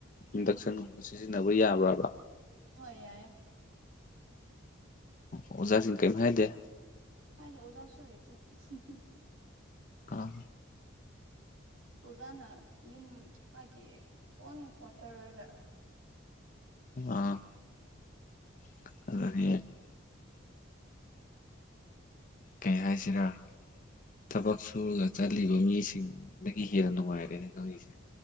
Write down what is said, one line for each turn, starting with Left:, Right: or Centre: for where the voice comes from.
Left: ꯏꯟꯗꯛꯁꯟꯒꯨꯝꯕ
Right: ꯎꯝ ꯎꯝ
Left: ꯁꯤꯖꯤꯟꯅꯕ ꯌꯥꯕ꯭ꯔꯥꯕ?
Right: ꯍꯣꯏ ꯌꯥꯏꯌꯦ꯫
Left: ꯑꯣ ꯑꯣꯖꯥꯁꯤꯡ ꯀꯩꯝ ꯍꯥꯏꯗꯦ
Right: ꯍꯥꯏꯗꯦ ꯑꯣꯖꯥꯁꯨ ꯂꯩꯇꯦ <unintelligible>
Left: ꯑꯥ
Right: ꯑꯣꯖꯥꯅ ꯌꯨꯝ ꯃꯥꯒꯤ ꯑꯣꯟ ꯀ꯭ꯋꯥꯇꯔꯗ
Left: ꯑ <unintelligible> ꯀꯩ ꯍꯥꯏꯁꯤꯔꯥ ꯊꯕꯛ ꯁꯨꯔꯒ ꯆꯠꯂꯤꯕ ꯃꯤꯁꯤꯡ ꯗꯒꯤ ꯍꯦꯟꯅ ꯅꯨꯡꯉꯥꯏꯔꯦꯅꯦ ꯅꯣꯏꯒꯤꯁꯦ꯫